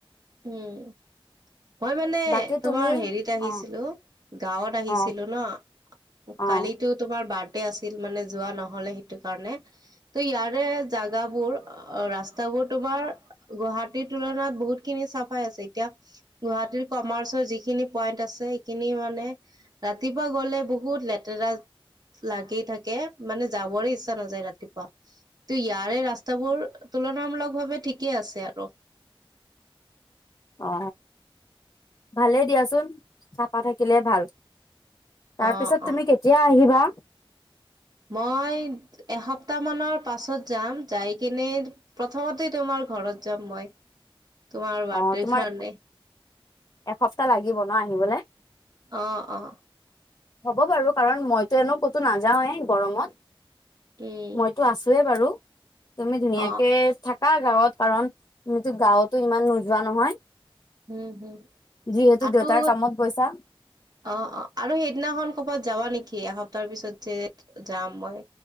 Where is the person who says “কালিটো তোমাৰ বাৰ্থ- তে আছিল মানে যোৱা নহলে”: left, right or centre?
Right